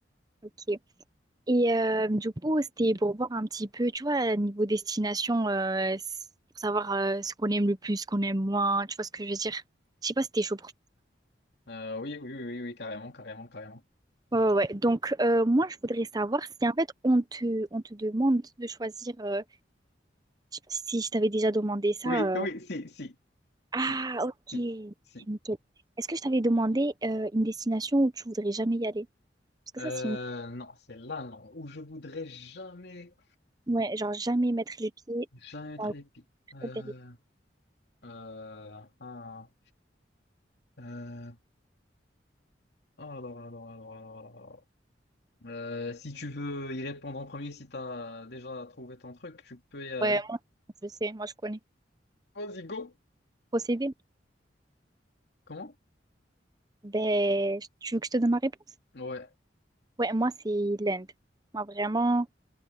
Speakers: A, on the right; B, on the left.
A: Ok. Et euh, du coup, c'était pour voir un petit peu, tu vois, niveau destination, euh, s- pour savoir euh, ce qu'on aime le plus, ce qu'on aime moins, tu vois ce que je veux dire. Je sais pas si t'es chaud pour...
B: Euh, oui, oui, oui, oui, oui, carrément, carrément, carrément.
A: Ouais, ouais, ouais. Donc, euh, moi, je voudrais savoir si, en fait, on te, on te demande de choisir... euh, je sais pas si je t'avais déjà demandé ça,
B: Oui, oui, si, si,
A: Ah,
B: si,
A: ok.
B: si, si.
A: Nickel. Est-ce que je t'avais demandé euh, une destination où tu voudrais jamais y aller? Parce que
B: Euh,
A: ça, c'est une...
B: non, c'est là, non, où je voudrais jamais,
A: Ouais, genre jamais mettre les pieds
B: jamais être
A: dans le
B: épique. Euh,
A: plateau d'Arica.
B: euh, ah, euh, alors, alors, alors, alors, alors, alors. Euh, si tu veux y répondre en premier, si tu as déjà trouvé ton truc, tu peux y aller.
A: Ouais, moi, je sais, moi, je connais.
B: Vas-y, go.
A: Procéder.
B: Comment?
A: Ben, je- tu veux que je te donne ma réponse?
B: Ouais.
A: Ouais, moi, c'est l'Inde. Moi, vraiment,